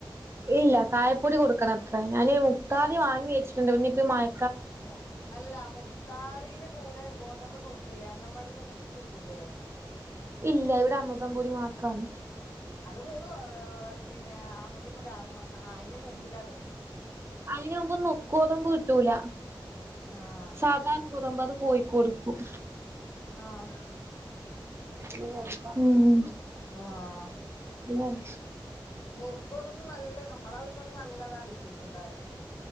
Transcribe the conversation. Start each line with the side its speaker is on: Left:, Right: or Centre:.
Right: ഇല്ല. കായപ്പൊടി കൊട്ക്കണത്രേ, ഞാന് മുത്താറി വാങ്ങി വെച്ചിട്ട്ണ്ട്. പിന്നെ മയ
Left: മൊ എല്ല മുത്താറിടെ കൂടെ ഗോതമ്പ് നുറുക്കില്ലേ അങ്കൻവാടീന്ന് കുട്ടി കിട്ടൂലേ?
Right: ഇല്ല ഇവിടെ അമൃതം പൊടി മാത്രാന്ന്
Left: അത് മൂന്ന്ഏ പിന്നെ അമൃത്തം പൊടി ആറുമാസം ആ അയിന്റെ മുമ്പില
Right: അയിന് മുമ്പ് നുക്കോദബ്ബ് കിട്ടൂല
Left: ആഹ്
Right: സാധാ കൂതബ്ബ് അത് കോയിക്കൊടുക്കും
Left: ആഹ്
Right: ന്ന് നോൽമ്പാ. ഉം.
Left: ആഹ്
Right: ഉം
Left: നുർക്കോതബ് നല്ല നമ്മള അവിടുത്തൊന്നും നല്ലതാ കിട്ടീട്ട് ണ്ടായേ